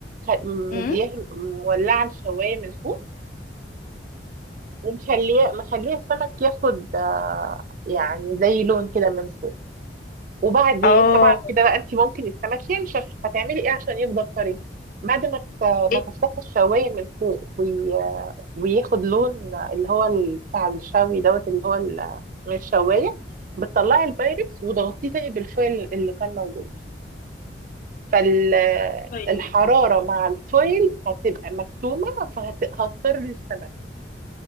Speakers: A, on the right (about 45°); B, on the left (about 45°).
A: ومدياها
B: امم
A: مولعه الشوايه من فوق ومخليه مخليه السمك ياخد آه، يعني زي لون كده من وبعدين
B: اه
A: طبعا كده بقى انت ممكن السمك ينشف هتعملي ايه عشان يفضل طري بعد ما ت- ما
B: إيه
A: تفتحي الشوايه من فوق وي... وياخد لون اللي هو ال- بتاع الشوي دوت اللي هو ال- من الشوايه بتطلعي البايركس وتغطيه تاني بالفويل اللي كان موجود فالحراره
B: طيب
A: مع الفويل هتبقى مكتومه فهتضطر السمك